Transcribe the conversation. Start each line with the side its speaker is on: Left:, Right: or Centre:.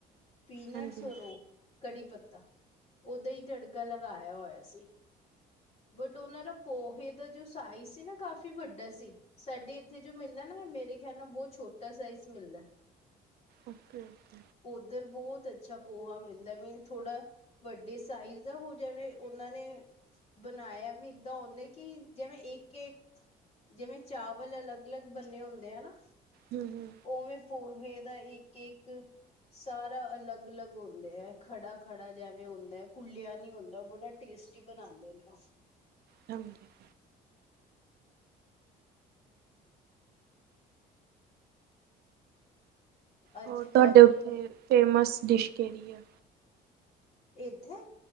Left: ਪੀਨਟਸ
Right: ਹਾਂਜੀ
Left: ਔਰ ਓ। ਕੜੀ ਪੱਤਾ ਓਦਾਂ ਈ ਤੜਕਾ ਲਗਾਇਆ ਹੋਇਆ ਸੀ। ਬਟ ਓਨਾਂ ਦਾ ਪੋਹੇ ਦਾ ਜੋ ਸਾਈਜ਼ ਸੀ ਨਾ ਕਾਫ਼ੀ ਵੱਡਾ ਸੀ। ਸਾਡੇ ਇੱਥੇ ਜੋ ਮਿਲਦਾ ਨਾ ਮੇਰੇ ਖਿਆਲ ਨਾਲ ਬੋਤ ਛੋਟਾ ਸਾਈਜ਼ ਮਿਲਦਾ।
Right: ਓਕੇ-ਓਕੇ।
Left: ਉੱਧਰ ਬਹੁਤ ਅੱਛਾ ਪੋਹਾ ਮਿਲਦਾ ਮੀਨ ਥੋੜਾ ਵੱਡੇ ਸਾਈਜ਼ ਦਾ ਹੋ ਜਾਵੇ ਓਨਾਂ ਨੇ ਬਨਾਇਆ ਵੀ ਏਦਾਂ ਓਨੇ। ਕਿ ਜੈਵੇਂ ਇੱਕ-ਇੱਕ ਜੈਵੇਂ ਚਾਵਲ ਅਲੱਗ-ਅਲੱਗ ਬੰਨੇ ਹੁੰਦੇ ਆ ਨਾ।
Right: ਹੂੰ।
Left: ਓਵੇਂ ਪੋਹੇ ਦਾ ਇੱਕ-ਇੱਕ ਸਾਰਾ ਅਲੱਗ-ਅਲੱਗ ਹੁੰਦੇ ੲੈ ਖੜਾ-ਖੜਾ ਜੈਵੇਂ ਹੁੰਦੈ, ਕੁੱਲੇਆ ਨੀ ਹੁੰਦਾ ਉਹ ਬੜਾ ਟੇਸਟੀ ਬਣਾਦੇ ਨੇ ਓ
Right: <unintelligible> ਜੀ
Left: ਅੱਜ
Right: ਹੋਰ ਤਾਡੇ
Left: ਮੈਂ ਵੀ
Right: ਉੱਥੇ ਫੇਮਸ ਡਿਸ਼ ਕੇੜੀ ੲੈ-
Left: ਏਧੇ